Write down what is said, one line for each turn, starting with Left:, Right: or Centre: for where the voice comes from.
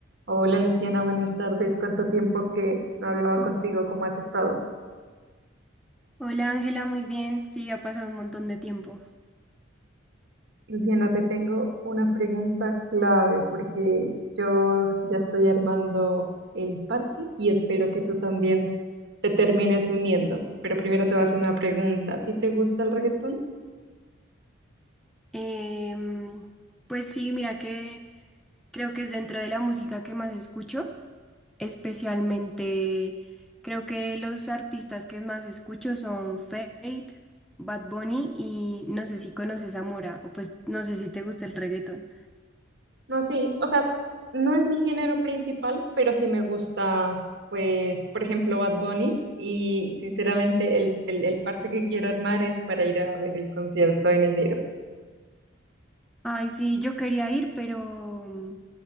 Right: Hola Luciana, buenas tardes. ¿Cuánto tiempo que no hablaba contigo? ¿Cómo has estado?
Centre: Hola Ángela, muy bien. Sí, ha pasado un montón de tiempo.
Right: Luciana, te tengo una pregunta clave porque yo ya estoy armando el parche y espero que tú también te termines uniendo. Pero primero te voy a hacer una pregunta. ¿A ti te gusta el reggaetón?
Centre: Em, pues sí, mira que creo que es dentro de la música que más escucho, especialmente creo que los artistas que más escucho son Fate, Bad Bunny y no sé si conoces a Mora o pues no sé si te gusta el reggaetón.
Right: No, sí, o sea, no es mi género principal, pero sí me gusta, pues, por ejemplo, Bad Bunny. Y sinceramente, el, el, el parche que quiero armar es para ir a ver el concierto en enero.
Centre: Ay, sí, yo quería ir, pero mm,